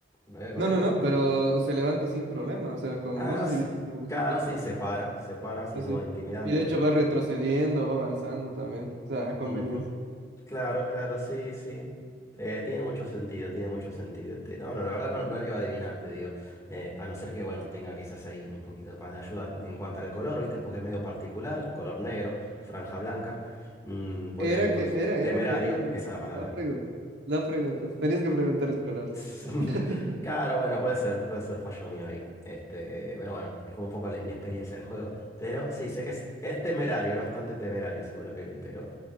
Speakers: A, on the left (about 20°); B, on the right (about 70°).
A: Lo vi lo
B: No,
A: vi
B: no,
A: correr.
B: no, pero se levanta sin problema. O sea, como,
A: Ah,
B: no sé
A: sí.
B: si viste como los
A: Casi
B: hitos.
A: se para, se para, así
B: Sí,
A: en
B: sí.
A: modo intimidante.
B: Y de hecho va retrocediendo, va avanzando también, o sea, a conveniencia.
A: Ujú. Claro, claro, sí, sí. Eh, tiene mucho sentido, tiene mucho sentido. Este. No, no, la verdad no, no le iba a adivinar, te digo. Eh, a no ser que, bueno, tenga quizás ahí un poquito más de ayuda en, en cuanto al color, ¿viste? Porque es medio particular, color negro, franja blanca. Mm, podría
B: Era
A: ir por
B: que, era, era
A: temerario,
B: que lo de,
A: esa es la palabra.
B: la pregunta, la pregunta, tenías que preguntar el color.
A: <laughs>
B: <laughs>
A: Claro, bueno, puede ser, puede ser fallo mío ahí. Este, pero bueno, es como un poco la inexperiencia del juego. Pero sí, sé que es, es temerario, es bastante temerario según lo que vi, pero